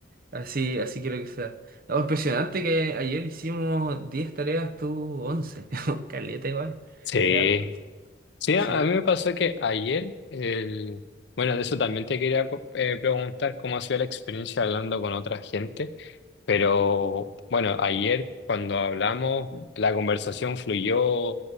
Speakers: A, on the right; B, on the left.
A: Así, así quiero que sea. No, impresionante que ayer hicimos 10 tareas, tú once <laughs> Caleta igual.
B: Sí,
A: Es harto.
B: sí, a,
A: Sí.
B: a mí me pasó que ayer, el... bueno, de eso también te quería co- eh, preguntar cómo ha sido la experiencia hablando con otra gente, pero bueno, ayer cuando hablamos, la conversación fluyó,